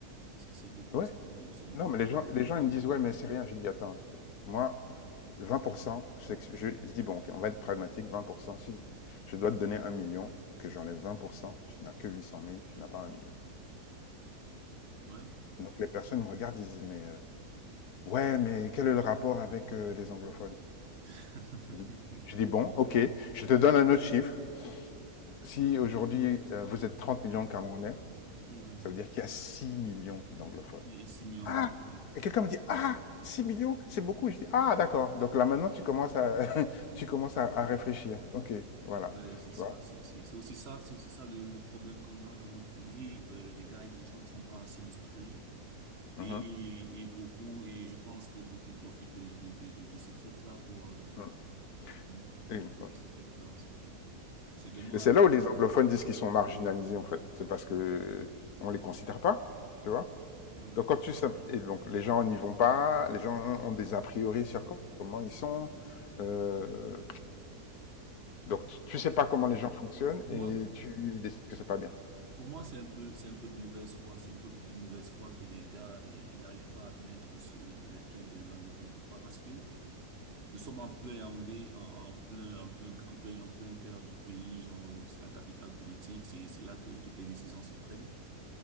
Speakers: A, on the right; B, on the left.
A: C'est, c'est beaucoup,
B: Ouais.
A: de- c'est beaucoup, c'est beaucoup
B: Non, mais
A: de
B: les
A: la
B: gens,
A: représentation.
B: les gens, ils me disent, ouais, mais c'est rien. Je dis, attends, moi, 20%, je, je, je dis, bon, ok, on va être pragmatique, 20%, si je dois te donner un million, que j'enlève 20%, tu n'as que 800 000, tu n'as pas un million.
A: Ouais.
B: Donc les personnes me regardent, disent, mais euh, ouais, mais quel est le rapport avec euh, les anglophones
A: <laughs>
B: Oui. Je dis, bon, ok, je te donne un autre chiffre. Si aujourd'hui euh, vous êtes 30 millions de Camerounais,
A: Mhm.
B: ça veut dire qu'il y a 6 millions d'anglophones.
A: Il est assimilé en
B: Ah
A: Angleterre.
B: Et
A: Ouais.
B: quelqu'un me dit, ah 6 millions, c'est beaucoup. Je dis, ah d'accord. Donc là maintenant, tu commences à, <laughs> tu commences à, à réfléchir. Ok, voilà.
A: Ouais, c'est
B: Tu
A: ça.
B: vois
A: C'est c'est- c'est aussi ça, c'est aussi ça le, le problème qu'on a dans notre pays. Euh, les gars, les gens ne sont pas assez instruits.
B: Mhm.
A: Et, et beaucoup, et je pense que beaucoup profitent de, de, de, de, de ce fait-là pour, euh,
B: Mhm.
A: ouais, beaucoup
B: Et,
A: profitent
B: ouais.
A: de ce fait-là. C'est, et c'est dommage.
B: Et c'est là où les anglophones disent qu'ils sont marginalisés, en fait. C'est parce que euh, on les considère pas, tu vois.
A: Hmm.
B: Donc quand tu simpl- et donc les gens n'y vont pas, les gens ont des a priori sur co- comment ils sont. euh, donc tu, tu
A: En
B: sais
A: fait,
B: pas comment les gens fonctionnent
A: moi,
B: et tu décides que c'est pas bien.
A: pour moi, c'est un peu, c'est un peu de mauvaise foi. C'est un peu de mauvaise foi que les gars, ils, ils n'arrivent pas à admettre ce, les plaintes des anglophones. Pourquoi? Parce que, Nous sommes en plein Yaoundé, en, en plein, en plein, en plein, en plein cœur du pays, genre, euh, c'est la capitale politique, c'est, c'est là que toutes les décisions se prennent.